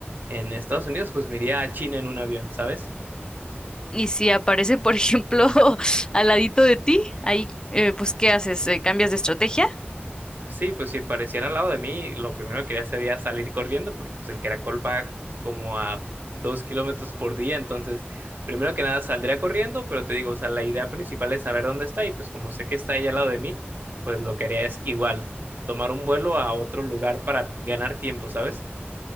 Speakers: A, on the right (about 50°); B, on the left (about 20°).
A: en Estados Unidos, pues me iría a China en un avión, ¿sabes?
B: Y si aparece, por ejemplo, <laughs> al ladito de ti, ahí, eh, pues, ¿qué haces? Eh, ¿Cambias de estrategia?
A: Sí, pues si apareciera al lado de mí, lo primero que haría sería salir corriendo, porque pues, el caracol va como a dos kilómetros por día, entonces primero que nada saldría corriendo, pero te digo, o sea, la idea principal es saber dónde está y pues como sé que está ahí al lado de mí, pues lo que haría es igual, tomar un vuelo a otro lugar para ganar tiempo, ¿sabes?